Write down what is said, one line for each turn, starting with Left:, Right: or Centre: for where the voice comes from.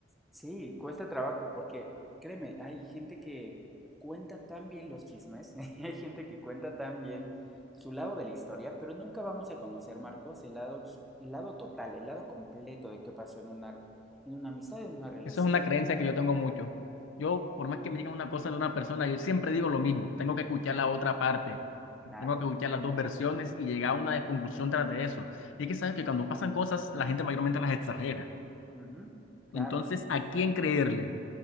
Centre: sí, cuesta trabajo, porque créeme, hay gente que cuenta tan bien los chismes, <laughs> hay gente que cuenta tan bien su lado de la historia, pero nunca vamos a conocer, Marcos, el lado, s- el lado total, el lado completo de qué pasó en una, en una amistad, en una relación.
Left: Eso es una creencia que yo tengo mucho. Yo, por más que me digan una cosa de una persona, yo siempre digo lo mismo. Tengo que escuchar la otra parte.
Centre: Claro,
Left: Tengo que escuchar las dos versiones y llegar a una de- conclusión tras de eso. Y es que sabes que cuando pasan cosas, la gente mayormente las exagera.
Centre: ujú, claro.
Left: Entonces, ¿a quién creerle?